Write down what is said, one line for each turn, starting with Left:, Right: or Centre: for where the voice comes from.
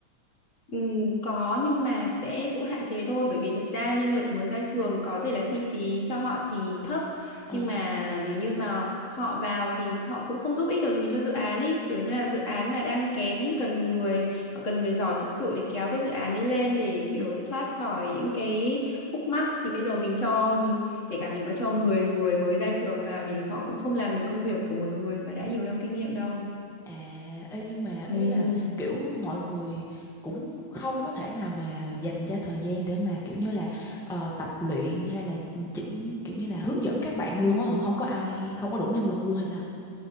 Left: Ừm, có nhưng mà sẽ cũng hạn chế thôi bởi vì thật ra nhân lực mới ra trường có thể là chi phí cho họ thì thấp
Centre: Ờ.
Left: nhưng mà nếu như mà họ vào thì họ cũng không giúp ích được gì cho dự án ấy kiểu như là dự án mà đang kém cần người họ cần người giỏi thực sự để kéo cái dự án ấy lên để
Centre: Ừ.
Left: kiểu thoát khỏi những cái khúc mắc thì bây giờ mình cho nhìn kể cả mình có cho 10 người mới ra trường vào thì họ cũng không làm được công việc của một người mà đã nhiều năm kinh nghiệm đâu
Centre: À, ê nhưng mà
Left: ừ
Centre: ý là kiểu mọi người cũng không có thể nào mà dành ra thời gian để mà kiểu như là ờ, tập luyện hay là chỉnh kiểu như là hướng dẫn các bạn luôn á hả? Không có ai, không có đủ nhân lực luôn hay sao?